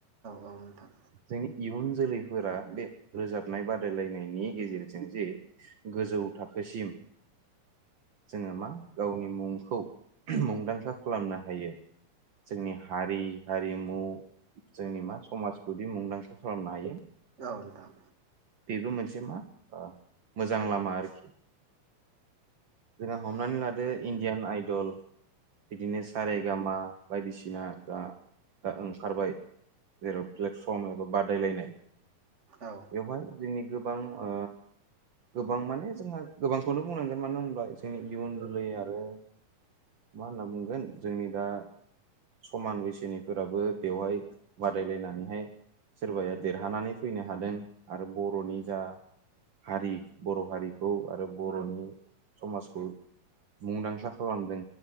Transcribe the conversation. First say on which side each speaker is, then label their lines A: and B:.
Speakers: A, on the right; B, on the right.
A: औ नोंथां
B: जोंनि इउन जोलै। फोरा बे रोजाबनाय बादायलायनायनि गेजेरजों जे गोजौ थाखोसिम जोङो मा। गावनि मुंखौ मुंदांखा खालामनो हायो जोंनि हारि हारिमु। जोंनि मा समाज। जुदि मुंदांखा खालामनो हायो।
A: ओउ नोंथां।
B: बेबो मोनसे मा। मोजां लामा आरोखि जोंहा हमनानै लादो इण्डियान आइ। दल बिदिनो सारे गामा बायदिसिना दा दा ओंखारबाय जेराव प्लेटफर्म एबा बादायलायनाय।
A: औ।
B: बेवहाय जोंनि गोबां ओ गोबां माने जोंहा गोबांखौनो बुंनांगोन मानो होना जोंनि इयुन जोलै आरो मा होनना बुंगोन जोंनि दा समान बैसोनिफोराबो बेवहाय बादायलायना नैहाय सोरबाया देरहानानै फैनो हादों। आरो बर'नि जा हारि बर' हारिखौ आरो बर'नि समाजखौ मुंदांखा खालामदों